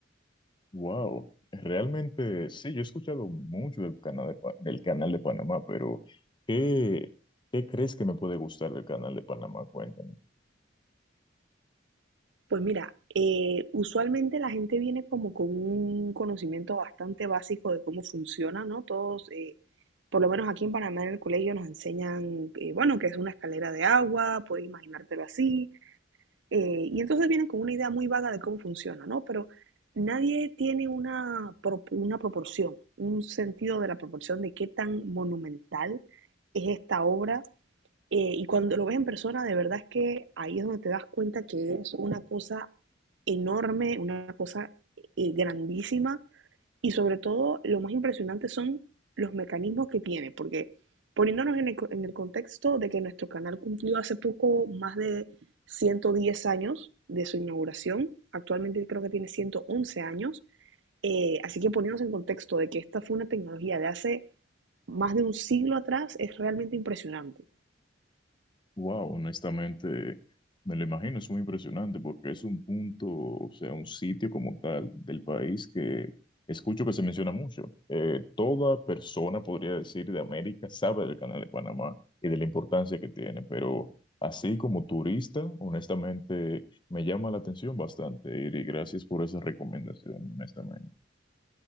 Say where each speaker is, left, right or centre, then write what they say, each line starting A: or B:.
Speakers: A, on the left; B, on the right.
A: Wow, realmente sí, yo he escuchado mucho del canal de, Pa- del canal de Panamá, pero ¿qué, qué crees que me puede gustar del canal de Panamá? Cuéntame.
B: Pues mira, eh, usualmente la gente viene como con un conocimiento bastante básico de cómo funciona, ¿no? Todos, eh, por lo menos aquí en Panamá en el colegio nos enseñan, eh, bueno, que es una escalera de agua, puedes imaginártelo así, Eh, y entonces vienen con una idea muy vaga de cómo funciona, ¿no? Pero nadie tiene una, una proporción, un sentido de la proporción de qué tan monumental es esta obra. Eh, y cuando lo ves en persona, de verdad es que ahí es donde te das cuenta que es una cosa enorme, una cosa eh, grandísima, y sobre todo, lo más impresionante son los mecanismos que tiene, porque poniéndonos en el, en el contexto de que nuestro canal cumplió hace poco más de 110 años de su inauguración, actualmente creo que tiene ciento once años, eh, así que poniéndonos en contexto de que esta fue una tecnología de hace más de un siglo atrás, es realmente impresionante.
A: Wow, honestamente, me lo imagino, es muy impresionante porque es un punto, o sea, un sitio como tal del país que escucho que se menciona mucho. Eh, toda persona, podría decir, de América sabe del Canal de Panamá y de la importancia que tiene, pero así como turista, honestamente, me llama la atención bastante, y gracias por esa recomendación, honestamente.